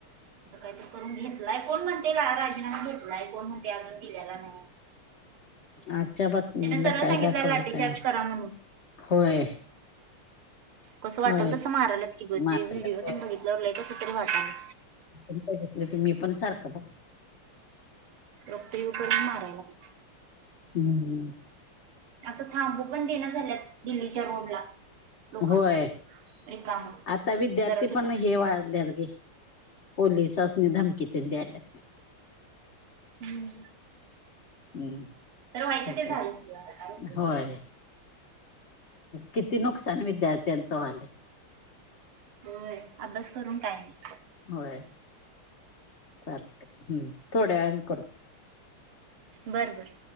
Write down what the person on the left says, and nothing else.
आच्च्या बातमीला
काय
दाखवले
काय माहित
होय
होय
मारल्यात
होय.
बघितलं की मी पण सारखं बघ
हम, हम
होय
आता विद्यार्थी
पण हे वाढल्यात गे पोलिसासनी धमकी तेन द्यायलेत
हम्म
ठीक
आहे.
होय किती नुकसान विद्यार्थ्यांचं व्हायलय
होय चालतय थोड्या वेळान करत